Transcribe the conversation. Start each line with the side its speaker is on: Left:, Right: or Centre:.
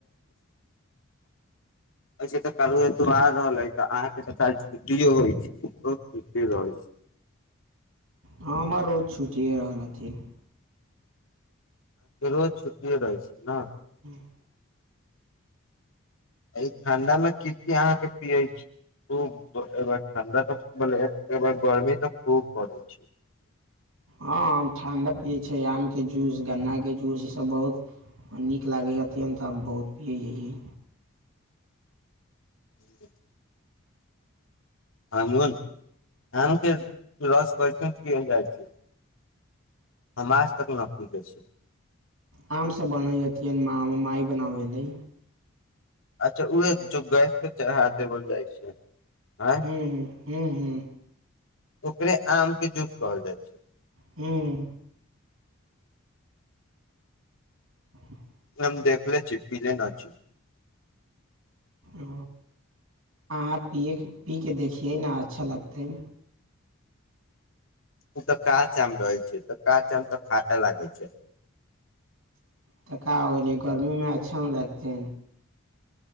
Left: से तऽ कल एत आर रहलै तऽ अहाँके तऽ काल छुट्टियो होइ छै बहुत छुट्टी रह छै
Right: हँ हम हर रोज छुटिए रहल हथिन
Left: रोज छुट्टिए रहै छै ने।
Right: हँ
Left: ई ठंडा मे की की अहाँक पीयै छी खूब ठंडा तऽ आ गर्मी तऽ खूब पड़ै छै।
Right: हँ ठण्डा पियै छै आमके जूस गन्नाके जूस ई सब बहुत नीक लागै अत्यन्त हम बहुत पियै छी
Left: ह हम आम के रस परस क जाइ छै हम आज तक न पिय छी
Right: आम सँ <unintelligible> माँ माई बनाबै लेलै
Left: अच्छा उहे जो गैस पर चढ़ा देबल जाइ छै। आँय
Right: हू ह हूँ हूँ
Left: ओकरे आम के जूस कहल जाय छै।
Right: ह्म्म। <inaudible>
Left: हम देखले छी, पिले ना छी।
Right: ओ अहाँ पियै के पी के देखियै ने अच्छा लगतै।
Left: उ ते काच आम रहै छै तऽ काच आम तऽ खाटे लागै छै।
Right: त का हो गेलै गर्मी मे अच्छा ने लागतै।